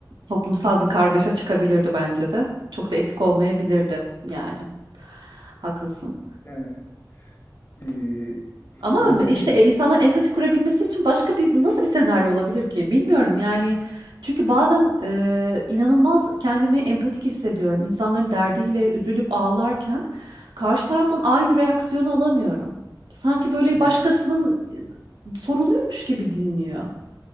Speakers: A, on the right (about 85°); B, on the left (about 35°).
A: toplumsal bir kargaşa çıkabilirdi bence de. Çok da etik olmayabilirdi yani. Haklısın.
B: Yani e,
A: Ama
B: yani
A: işte
B: ne bileyim.
A: e, insanların empati kurabilmesi için başka bir nasıl bir senaryo olabilir ki? Bilmiyorum yani. Çünkü bazen e, inanılmaz kendimi empatik hissediyorum. İnsanların derdiyle üzülüp ağlarken karşı taraftan aynı reaksiyonu alamıyorum. Sanki böyle
B: Şimdi
A: başkasının e, sorunuymuş gibi dinliyor.